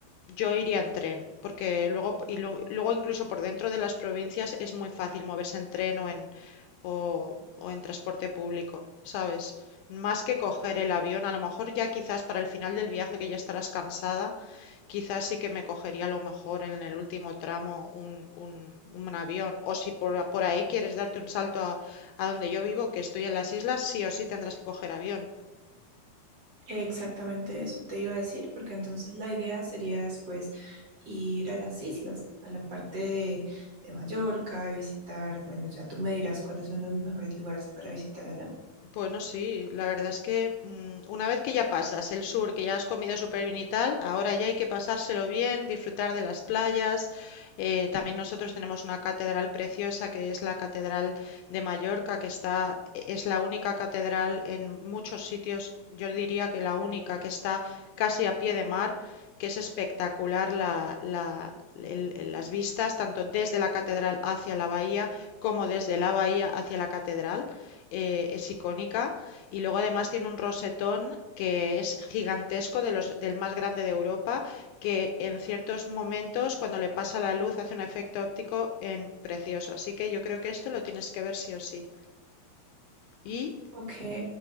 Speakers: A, on the left; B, on the right.
A: yo iría en tren, porque luego, y lo- luego incluso por dentro de las provincias es muy fácil moverse en tren o en, o, o en transporte público, ¿sabes? Más que coger el avión, a lo mejor ya quizás para el final del viaje que ya estarás cansada quizás sí que me cogería a lo mejor en el último tramo un, un- un avión. O si por, por ahí quieres darte un salto a, a donde yo vivo, que estoy en las islas, sí o sí tendrás que coger avión.
B: Exactamente eso te iba a decir, porque entonces la idea sería después ir a las islas, a la parte de, de Mallorca y visitar, bueno, ya tú me dirás cuáles son los mejores lugares para visitar allá.
A: Bueno, sí, la verdad es que mm, una vez que ya pasas el sur, que ya has comido súper bien y tal, ahora ya hay que pasárselo bien, disfrutar de las playas. Eh, también nosotros tenemos una catedral preciosa que es la Catedral de Mallorca, que está, e- es la única catedral en muchos sitios, yo diría que la única que está casi a pie de mar, que es espectacular la- la- el- el- las vistas, tanto desde la catedral hacia la bahía como desde la bahía hacia la catedral eh, es icónica y luego además tiene un rosetón que es gigantesco, de los, del más grande de Europa, que en ciertos momentos cuando le pasa la luz hace un efecto óptico en precioso. Así que yo creo que esto lo tienes que ver sí o sí. Y
B: Ok,